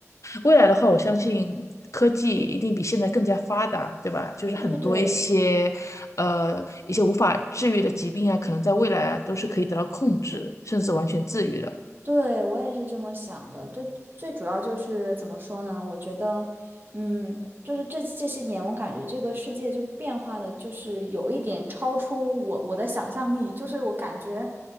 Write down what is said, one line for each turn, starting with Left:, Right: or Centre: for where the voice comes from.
Left: 未来的话，我相信科技一定比现在更加发达，对吧？就是很多一些，
Right: 对对对。
Left: 呃，一些无法治愈的疾病啊，可能在未来啊都是可以得到控制，甚至完全治愈的。
Right: 对，我也是这么想的。这最主要就是怎么说呢？我觉得，嗯，就是这这些年，我感觉这个世界就变化的，就是有一点超出我我的想象力。就是我感觉